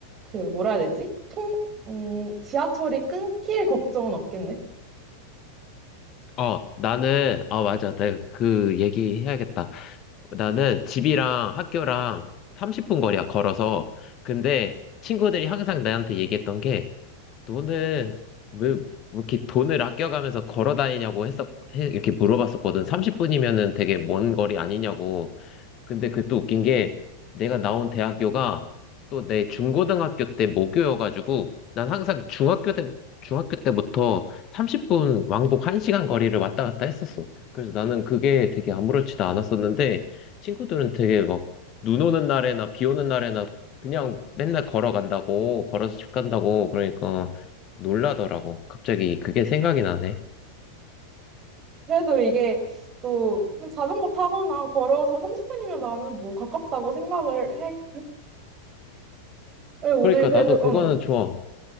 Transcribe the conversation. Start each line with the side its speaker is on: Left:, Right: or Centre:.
Right: 그 뭐라 해야 되지? 통, 음, 지하철이 끊길 걱정은 없겠네.
Left: 어, 나는, 아, 맞아. 내가 그 얘기 해야겠다. 나는 집이랑 학교랑 30분 거리야, 걸어서. 근데 친구들이 항상 나한테 얘기했던 게, 너는 왜, 이렇게 돈을 아껴가면서 걸어 다니냐고 했었, 해- 이렇게 물어봤었거든. 30분이면은 되게 먼 거리 아니냐고. 근데 그 또 웃긴 게, 내가 나온 대학교가 또 내 중고등학교 때 모교여가지고, 난 항상 중학교 때, 중학교 때부터 30분 왕복 1시간 거리를 왔다 갔다 했었어. 그래서 나는 그게 되게 아무렇지도 않았었는데, 친구들은 되게 막, 눈 오는 날에나 비 오는 날에나 그냥 맨날 걸어간다고, 걸어서 집 간다고, 그러니까 놀라더라고. 갑자기 그게 생각이 나네.
Right: 그래도 이게 또 그냥 자전거 타거나 걸어서 30분이면 나는 뭐 가깝다고 생각을 해. 오늘
Left: 그러니까
Right: 그래도
Left: 나도 그거는
Right: 응,
Left: 좋아.